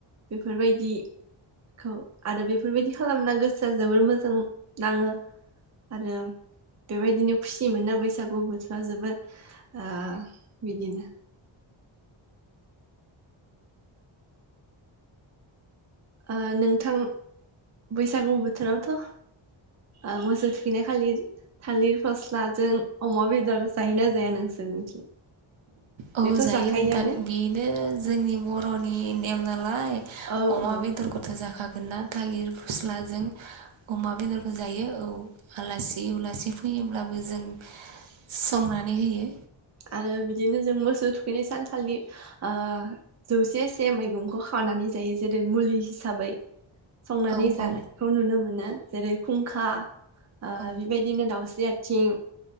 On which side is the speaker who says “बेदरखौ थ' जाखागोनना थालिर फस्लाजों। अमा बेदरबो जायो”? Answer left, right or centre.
Right